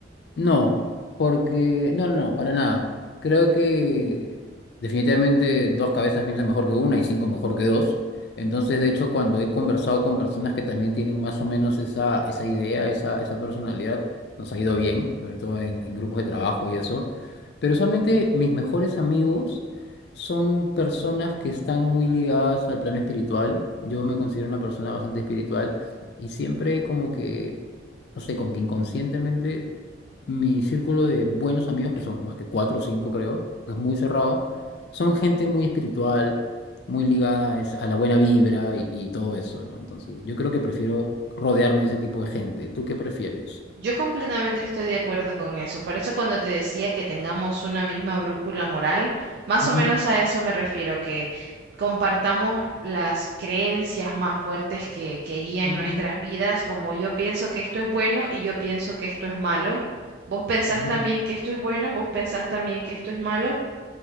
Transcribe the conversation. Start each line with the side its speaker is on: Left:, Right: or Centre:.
Left: No, porque no, no, no, para nada. Creo que definitivamente dos cabezas piensan mejor que una y cinco mejor que dos. Entonces, de hecho, cuando he conversado con personas que también tienen más o menos esa, esa idea, esa, esa personalidad, nos ha ido bien, sobre todo en, en grupos de trabajo y eso. Pero usualmente mis mejores amigos son personas que están muy ligadas al plano espiritual. Yo me considero una persona bastante espiritual y siempre como que, no sé, como que inconscientemente mi círculo de buenos amigos, que son más que cuatro o cinco, creo, que es muy cerrado, son gente muy espiritual, muy ligada es- a la buena vibra y, y todo eso, ¿no? Entonces, yo creo que prefiero rodearme de ese tipo de gente. ¿Tú qué prefieres?
Right: Yo completamente estoy de acuerdo con eso. Por eso cuando te decía que tengamos una misma brújula moral, más
Left: Ujú,
Right: o menos a eso me refiero, que compartamos las creencias más fuertes que, que guían
Left: ujú,
Right: nuestras vidas, como yo pienso que esto es bueno y yo pienso que esto es malo. Vos pensás
Left: ujú,
Right: también que esto es bueno, vos pensás también que esto es malo.